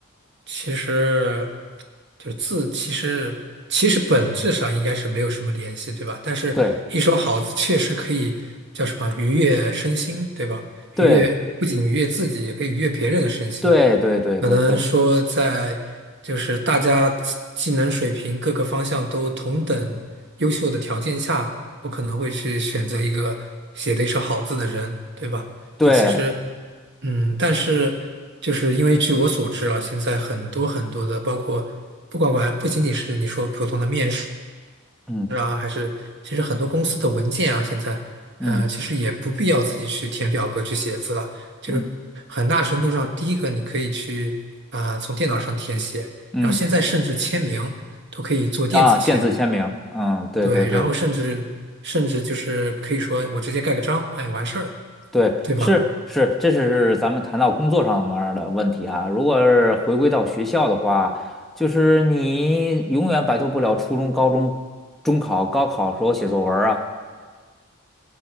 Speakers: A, on the right; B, in the centre.
A: 其实就字，其实其实本质上应该是没有什么联系，对吧？但是一手好字确实可以叫什么愉悦身心，
B: 对。
A: 对吧？愉悦不仅愉悦自己，
B: 对
A: 也可以愉悦别人的身心。
B: 对对对对对
A: 可能说在就是大家技技能水平各个方向都同等优秀的条件下，我可能会去选择一个写的一手好字的人，对吧？
B: 对，
A: 这其实，嗯，但是就是因为据我所知啊，现在很多很多的，包括不管管不仅仅是你说普通的面试
B: 嗯
A: 啊，还是其实很多公司的文件啊，现在呃其实也不必要自己去填表格去写字了。
B: 嗯嗯
A: 很大程度上，第一个你可以去啊、从电脑上填写，
B: 嗯
A: 然后现在甚至签名都可以做电子签，
B: 啊，电子签名，嗯，对对对。
A: 对，然后甚至甚至就是可以说我直接盖个章，哎，完事儿，
B: 对，
A: 对吧？
B: 是是，这是咱们谈到工作上面儿的问题啊。如果是回归到学校的话，就是你永远摆脱不了初中、高中、中考、高考时候写作文儿啊。